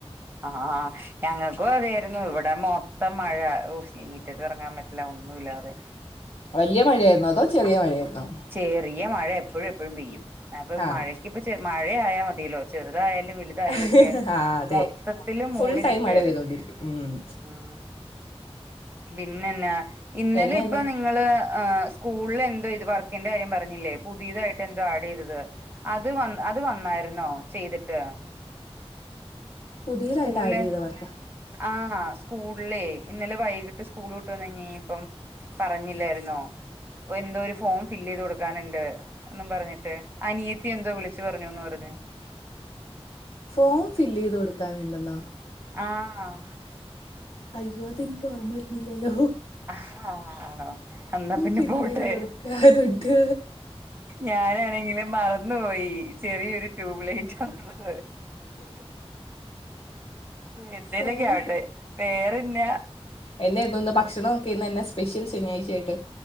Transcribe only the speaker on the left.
വല്ല്യ മഴായിരുന്നോ അതോ ചെറിയ മഴയായിരുന്നോ
ആഹ്
ആഹ് അതെ
ഫുൾ ടൈം
മഴ പെയ്തോണ്ടിരിക്കും ഉം
എന്നെന്ന്
പുതിയതായിട്ട്
ആഡ് ചെയ്ത വർക്കാ
ഫോം ഫില്ല് ചെയ്ത് കൊടുക്കാനുണ്ടന്നൊ
അയ്യോ അതെനിക്ക് ഓർമ്മ വരുന്നില്ലാല്ലോ
ഫില്ല്
ചെയ്ത് കൊടുക്കാനുണ്ട്
ഫോം
എന്നാരുന്നു ഇന്ന് ഭക്ഷണോക്കെ ഇന്നെന്നാ സ്പെഷ്യൽ ശനിയാഴ്ചയായിട്ട്